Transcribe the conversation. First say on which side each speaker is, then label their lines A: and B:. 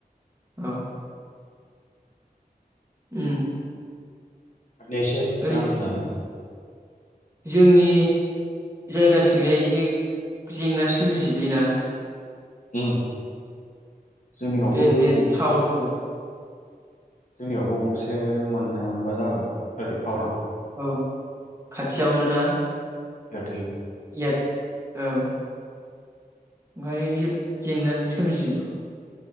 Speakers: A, on the right; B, on the left.
A: औ उम
B: एसे
A: ओरै
B: नांदों आरो
A: जोंनि जायगाथिंजाय एसे जेंना सोमजियोलै ना?
B: ओम जोंनियावबो
A: बे नेट
B: गंसे
A: टावारफोरा
B: जोंनियाव गंसे मोननाय मोनबा जाबायमोन। ओरै टावरा
A: औ खाथियावनो ना
B: ए
A: एद औ ओंखायनो एसे जेंना सोमजियो